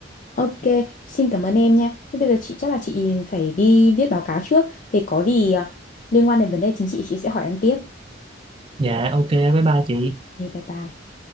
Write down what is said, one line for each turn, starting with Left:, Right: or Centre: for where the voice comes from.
Left: ok, xin cảm ơn em nha. Thế bây giờ chị chắc là chị phải đi viết báo cáo trước. Thì có gì à, liên quan đến vấn đề chính trị chị sẽ hỏi em tiếp.
Right: Dạ, ok, bye bye chị.
Left: Thì bye bye.